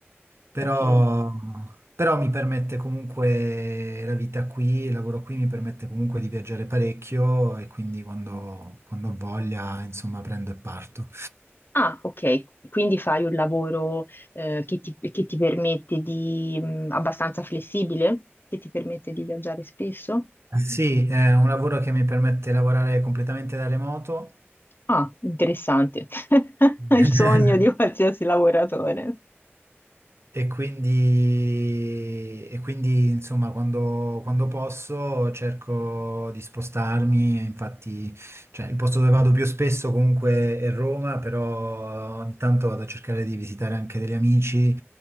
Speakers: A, on the right; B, on the left.
A: però,
B: ok.
A: però mi permette comunque la vita qui, il lavoro qui mi permette comunque di viaggiare parecchio e quindi quando, quando ho voglia, insomma, prendo e parto.
B: Ah, ok, quindi fai un lavoro eh, che ti, che ti permette di, mh, abbastanza flessibile, che ti permette di viaggiare spesso?
A: Sì, è un lavoro che mi permette di lavorare completamente da remoto.
B: Ah, interessante. <laughs>
A: <laughs>
B: Il sogno di qualsiasi lavoratore.
A: E quindi, e quindi, insomma, quando, quando posso cerco di spostarmi, e infatti, cioè, il posto dove vado più spesso comunque è Roma, però ogni tanto vado a cercare di visitare anche degli amici,